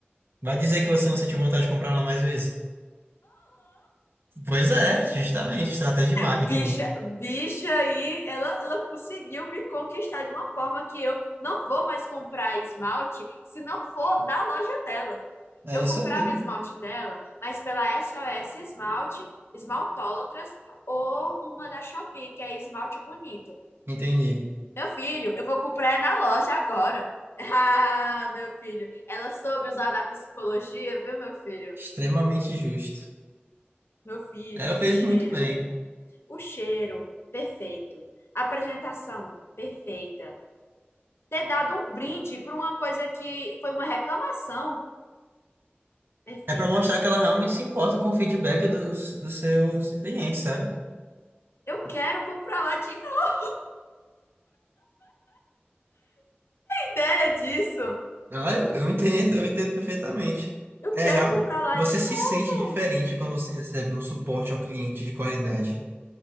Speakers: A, on the right (about 65°); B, on the left (about 75°).
A: Vai dizer que você não sentiu vontade de comprar lá mais vezes? Pois é, justamente. Estratégia de marketing.
B: Bicha, bicha aí, ela, ela conseguiu me conquistar de uma forma que eu não vou mais comprar esmalte se não for da loja dela.
A: É
B: Eu
A: isso
B: comprava
A: aí.
B: esmalte dela, mas pela SOS Esmalte, Esmaltólatras ou uma da Shopee, que é esmalte bonito.
A: Entendi.
B: Meu filho, eu vou comprar na loja agora. <laughs> Ah, meu filho, ela soube usar da psicologia, viu, meu filho?
A: Extremamente justo.
B: Meu filho,
A: Ela fez
B: o cheiro.
A: muito bem.
B: O cheiro, perfeito. A apresentação, perfeita. Ter dado um brinde para uma coisa que foi uma reclamação, perfeito.
A: É pra mostrar que ela realmente se importa com o feedback dos, dos seus clientes, sabe?
B: Eu quero comprar lá de novo, ideia disso.
A: Ah, eu, eu entendo, eu entendo perfeitamente.
B: Eu
A: É,
B: quero
A: real-
B: comprar lá
A: você
B: de
A: se
B: novo.
A: sente diferente quando você recebe um suporte ao cliente de qualidade.